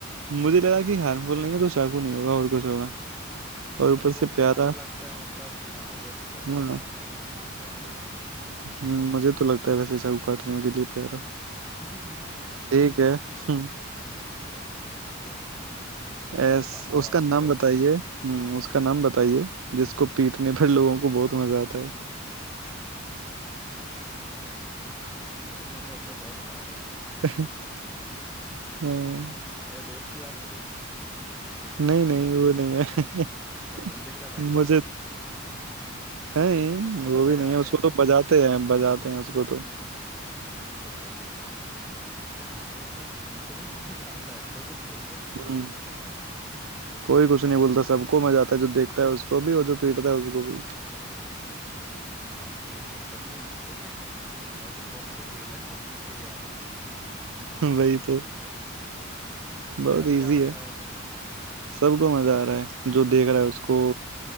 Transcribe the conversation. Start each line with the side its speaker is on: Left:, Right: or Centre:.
Right: मुझे लगा कि हार्मफुल नहीं है तो चाकू नहीं होगा और कुछ होगा
Centre: नहीं
Right: और
Centre: सबको
Right: ऊपर से प्यारा
Centre: प्यारा लगता है मतलब अब ऑब्वियसली सब्जियां
Right: हाँ
Centre: काटता है ना काम तो आता ही है
Right: हम्म, मुझे तो लगता है वैसे चाकू काटने के लिए प्यारा
Centre: <laughs>
Right: ठीक है <laughs>
Centre: चलो चलो कोई नहीं
Right: एस
Centre: अब अब
Right: उसका
Centre: आपकी
Right: नाम
Centre: बारी
Right: बताइए हम्म उसका नाम बताइए जिसको पीटने पर लोगों को बहुत मजा आता है
Centre: लोगों को पीटने में बहुत मजा आता है
Right: <laughs> हाँ,
Centre: ये मेरे दोस्त की बात हो रही है
Right: नहीं नहीं वो नहीं है
Centre: अच्छा मंदिर
Right: <laughs>
Centre: का घंटा
Right: मुझे
Centre: <laughs>
Right: नहीं
Centre: वो
Right: वो
Centre: तो बजाते
Right: भी नहीं है उसको
Centre: हैं ना
Right: तो बजाते हैं बजाते हैं उसको तो
Centre: हम्म बात तो सही है क्या है सब पीटने में मजा आता है कोई कुछ बोलता नहीं उसको
Right: हम्म
Centre: पीटने पे
Right: कोई कुछ नहीं बोलता सबको मजा आता है जो देखता है उसको भी और जो पीटता है उसको भी
Centre: अच्छा ये तो काफी इंटरेस्टिंग चीज है ऐसी कौन सी चीज है जो पीटी जा रही है
Right: <laughs> वही तो
Centre: हम्म, और मजा
Right: बहुत
Centre: भी
Right: इजी
Centre: आ रहा है
Right: है
Centre: लोगों
Right: सबको मजा आ रहा है जो देख रहा है उसको
Centre: को